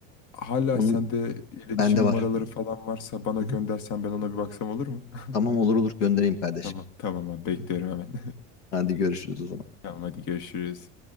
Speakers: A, on the left (about 55°); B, on the left (about 90°).
A: hala
B: Onun
A: sende iletişim
B: bende
A: numaraları
B: var.
A: falan varsa bana
B: Hı
A: göndersen
B: hı.
A: ben ona bir baksam olur mu? <laughs>
B: Tamam olur olur göndereyim kardeşim.
A: Tamam, tamam abi bekliyorum
B: Hı.
A: hemen.
B: Hadi görüşürüz o zaman.
A: <laughs> Tamam hadi görüşürüz.